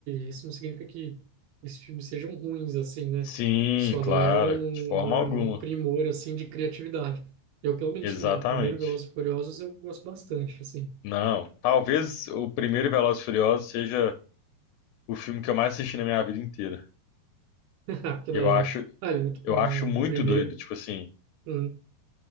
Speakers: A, on the right; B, on the left.
A: isso não significa que esses filmes sejam ruins, assim, né?
B: Sim,
A: Só
B: claro,
A: não é um,
B: de forma
A: uma,
B: alguma.
A: um primor, assim, de criatividade. Eu, pelo menos,
B: Exatamente.
A: o primeiro Velozes e Furiosos eu gosto bastante, assim.
B: Não, talvez o primeiro Velozes e Furiosos seja o filme que eu mais assisti na minha vida inteira.
A: <laughs> Ah, Que
B: Eu
A: da hora.
B: acho,
A: Ah, ele é muito
B: eu
A: bom,
B: acho muito
A: o primeiro.
B: doido, tipo assim.
A: Hum,